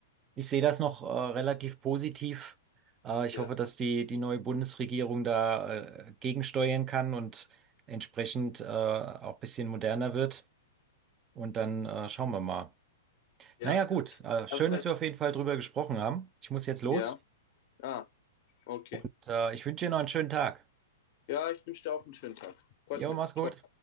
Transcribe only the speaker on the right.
ich sehe das noch äh, relativ positiv. Äh, ich
hoffe, dass die, die neue Bundesregierung da äh, gegensteuern kann und entsprechend äh, auch ein bisschen moderner wird. Und dann äh, schauen wir mal.
Naja, gut. Äh, schön,
dass
wir auf jeden Fall drüber gesprochen haben. Ich muss jetzt los
und äh, ich wünsche dir noch einen schönen Tag.
Jo,
mach's
gut.